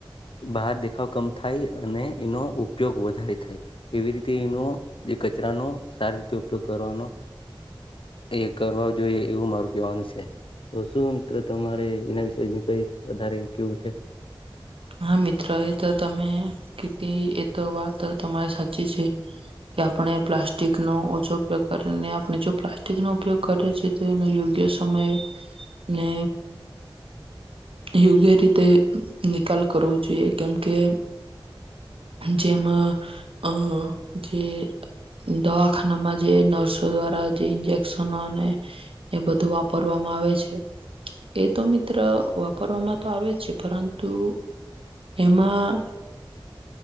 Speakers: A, on the left; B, on the right.
A: બહાર દેખાવ કમ થાય અને એનો ઉપયોગ વધારે થાય એવી રીતે એનો જે કચરાનો સારી રીતે ઉપયોગ કરવાનો એક. કરવા જોઈએ એવું મારું કવાનું છે તો શું મિત્ર તમારે એના વિશેજ કઈ વધારે કેવું છે.
B: હા મિત્રો એ તો તમે કી એ તો વાત તમારે સાચી છે કે આપણે પ્લાસ્ટિકનોો ઓછો ઉપયોગ કરીને આપણે જો પ્લાસ્ટિકનોો ઉપયોગ કરીએ છી તો એનો યોગ્ય સમય ને યોગ્ય રીતે નિકાલ. કરવું જોઈએ કેમ. કે. જેમ અ જે દવાખાનામાં જે નર્સો દ્વારા જે ઇન્જેક્શનો અને એ બધું વાપરવામાં આવે છે એ તો મિત્ર વાપરવામાં તો આવે છે પરંતુ. એમાં.